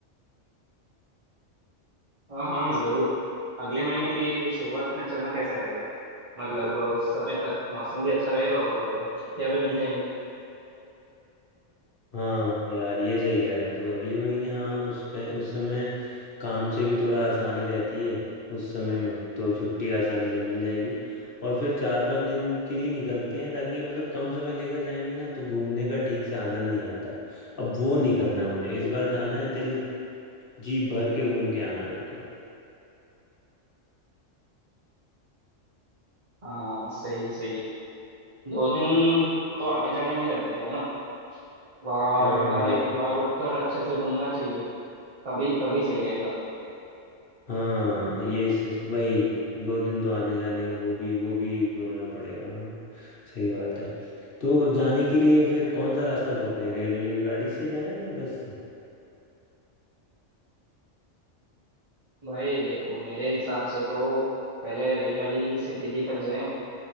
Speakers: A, on the right; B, on the left.
A: हाँ हाँ जरूर अगले महीने की शुरुआत में चलना कैसा रहेगा मतलब उस समय तक मौसम भी अच्छा रहेगा और छुट्टियाँ भी मिल जाएंगी
B: हाँ यार ये सही कह रहा है तू अगले महीने हाँ उस टाइम उस समय काम से भी थोड़ा आसानी रहती है उस समय में तो छुट्टी आसानी से मिल जाएगी और फिर चार पांच दिन के लिए निकलते हैं ताकि मतलब कम समय लेकर जाएंगे ना तो घूमने का ठीक से आनंद नहीं आता है अब वो नहीं करना है मुझे इस बार जाना है दिल जी भर के घूम के आना है बिल्कुल
A: हाँ सही सही दो दिन तो आने जाने में लग जाएगा ना वहाँ
B: हाँ
A: मतलब
B: वही
A: वहाँ रुक कर अच्छे से घूमना चाहिए तभी तभी सही रहेगा
B: हाँ ये सच भाई दो दिन तो आने जाने वो भी वो भी जोड़ना पड़ेगा हाँ सही बात है तो जाने के लिए फिर कौन सा रास्ता पकड़ें रेलगाड़ी से जाएं या बस से
A: भाई देखो मेरे हिसाब से तो पहले रेलगाड़ी से दिल्ली तक जाएं